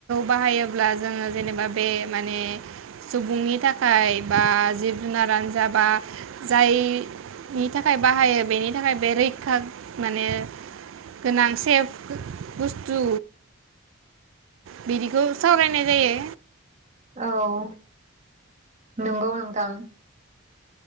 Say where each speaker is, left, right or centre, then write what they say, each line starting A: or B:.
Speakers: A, on the right; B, on the right.
A: बाहायोब्ला जोङो जेनेबा बे माने सुबुंनि थाखाय बा जिब जुनार जाबा जायनि थाखाय बाहायो बेनि थाखाय बे रैखा माने गोनां सेफ बुस्थु बिदिखौ सावरायनाय जायो
B: औ नंगौ नोंथां‌।